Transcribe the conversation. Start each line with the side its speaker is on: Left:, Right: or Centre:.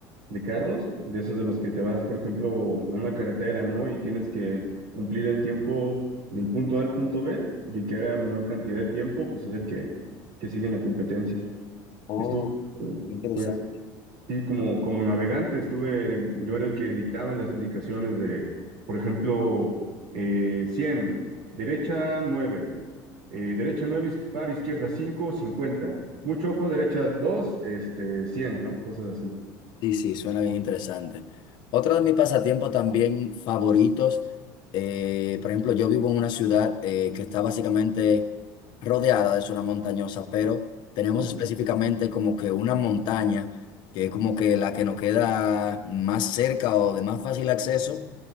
Right: de carros, de esos de los que te vas, por ejemplo, a una carretera, ¿no? Y tienes que cumplir el tiempo del punto A al punto B y el que haga menor cantidad de tiempo, pues es el que, que sigue en la competencia.
Left: Oh,
Right: Estuvo, eh,
Left: qué interesante.
Right: pues Sí, como, como navegante estuve, yo era el que dictaba las indicaciones de, por ejemplo, eh, 100, derecha 9, eh, derecha 9 iz- par izquierda 5 50, mucho ojo, derecha 2, este, 100, ¿no? Cosas así.
Left: Sí, sí, suena bien interesante. Otro de mis pasatiempos también favoritos, eh, por ejemplo, yo vivo en una ciudad eh, que está básicamente rodeada de zona montañosa, pero tenemos
Right: Uh,
Left: específicamente como que una montaña que es como que la que nos queda más cerca o de más fácil acceso.